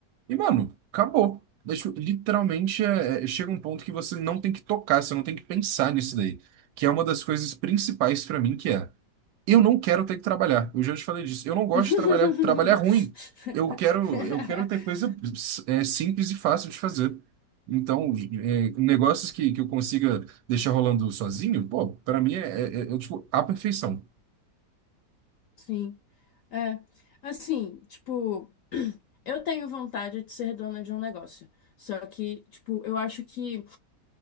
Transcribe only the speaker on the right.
e mano, acabou. Mas, tipo, literalmente é- é- chega um ponto que você não tem que tocar, você não tem que pensar nisso daí que é uma das coisas principais pra mim, que é eu não quero ter que trabalhar. Eu já te falei disso. Eu não gosto
de trabalhar. Trabalhar é ruim. Eu quero, eu quero ter coisa é, simples e fácil de fazer. Então, é, negócios que, que eu consiga deixar rolando sozinho, pô, pra mim é, é, é, é, tipo a perfeição.